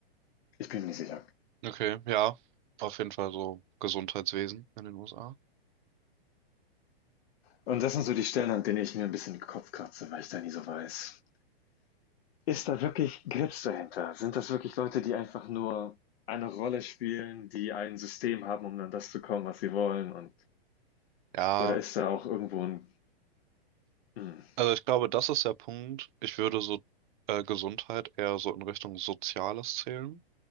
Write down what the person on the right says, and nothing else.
Okay, ja, auf jeden Fall so Gesundheitswesen in den USA.
Ja,
also ich glaube, das ist der Punkt. Ich würde so äh, Gesundheit eher so in Richtung Soziales zählen.